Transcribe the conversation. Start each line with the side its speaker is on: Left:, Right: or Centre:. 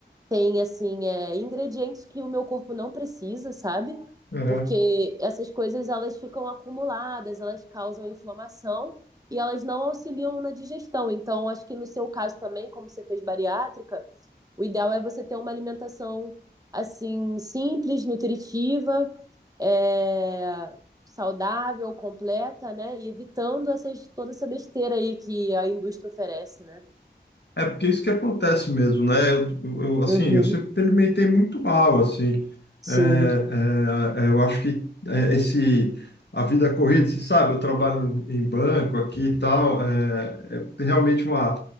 Right: tem assim é, ingredientes que o meu corpo não precisa, sabe?
Left: aham.
Right: Porque essas coisas elas ficam acumuladas, elas causam inflamação e elas não auxiliam na digestão. Então, acho que no seu caso também, como você fez bariátrica, o ideal é você ter uma alimentação assim simples, nutritiva, é, saudável, completa, né? E evitando essas toda essa besteira aí que a indústria oferece, né?
Left: É porque é isso que acontece mesmo, né? Eu, eu- assim,
Right: Uhum,
Left: eu sempre alimentei muito mal, assim.
Right: sim.
Left: É, é, é, eu acho que é, esse a vida corrida, você sabe, eu trabalho em banco aqui e tal, é, é realmente uma